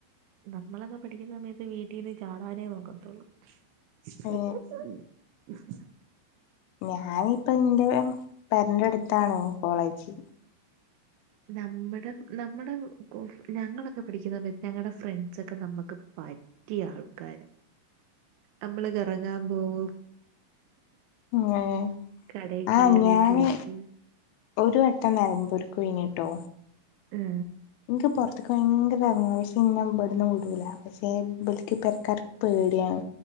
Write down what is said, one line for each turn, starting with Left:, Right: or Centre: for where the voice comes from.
Right: നമ്മളൊക്ക പഠിക്കുന്ന സമയത്ത് വീട്ടീന്ന് ചാടാനേ നോക്കത്തൊള്ളു <unintelligible>
Left: ഏ ഞാനിപ്പ ഇന്റെ പെരെന്റെ അടുത്താണ് കോളേജ്
Right: നമ്മട നമ്മട ഞങ്ങളൊക്ക പഠിക്കുന്ന സമയത്ത് ഞങ്ങട ഫ്രണ്ട്സൊക്കെ നമുക്ക് പ റ്റിയ ആൾക്കാരാ നമ്മള് കറങ്ങാൻ പോവും
Left: ഏഹ്
Right: കടയിൽ കയറി
Left: ആഹ് ഞാന്
Right: ജ്യൂസ്
Left: ഒരു വട്ടം നെലമ്പൂർക്ക് പോയിനീട്ടൊ
Right: ഉം
Left: ഇനിക്ക് പൊറത്തെക്ക് ഭയങ്കര ഏറങ്ങണം. പക്ഷേ ഇന്നെ ഇവിടെന്ന് വിടൂല പക്ഷേ ഇബൽക്ക് പെരക്കാർക്ക് പേടിയാണ്